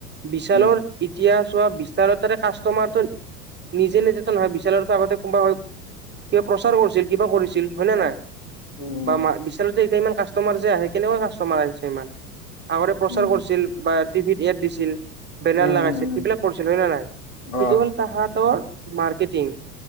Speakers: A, on the right; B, on the left.
A: বিশালৰ
B: উম
A: এতিয়া চোৱা বিশালৰ তাৰে কাষ্টমাৰটো নিজে নিজেটো নহয় বিশালৰ তাৰ আগতে কোনোবা হয়- কিবা প্ৰচাৰ কৰিছিল কিবা কৰিছিল হয় নে নাই
B: উম
A: বা বিশালত যে এতিয়া ইমান কা কাষ্টমাৰ যে আহে, কেনেকুৱা কাষ্টমাৰ আহিছে ইমান, আগতে প্ৰচাৰ
B: উম
A: কৰিছিল বা টিভিত এড দিছিল। বেনাৰ
B: উম
A: লাগাইছিল
B: উম
A: সেইবিলাক কৰিছিল হয় নে নাই। সেইটো
B: অ
A: হ'ল তাহাতৰ মাৰ্কেটিং